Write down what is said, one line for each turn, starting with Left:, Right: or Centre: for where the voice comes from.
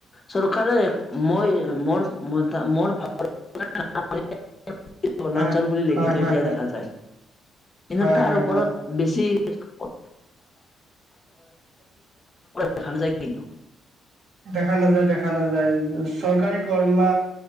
Left: চৰকাৰে মই মোৰ- মোৰ ভা <unintelligible> <unintelligible> বনাঞ্চল
Right: হয়
Left: বুলি লিখি
Right: হয়
Left: থৈ
Right: হয়
Left: দিয়া দেখা যায়। কিন্তু
Right: হয়
Left: তাৰ
Right: হয় হয়
Left: ওপৰত
Right: হয়
Left: বেছি- <unintelligible> দেখা নাযায় কিন্তু।
Right: দেখা নাযায় দেখা নাযায় চৰকাৰী কৰ্মা